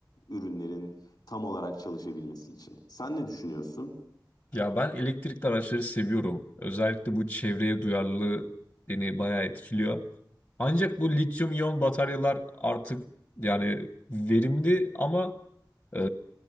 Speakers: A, on the left; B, on the left.
A: ürünlerin tam olarak çalışabilmesi için. Sen ne düşünüyorsun?
B: Ya ben elektrikli araçları seviyorum. Özellikle bu çevreye duyarlılığı beni bayağı etkiliyor. Ancak bu lityum iyon bataryalar artık yani verimli ama e,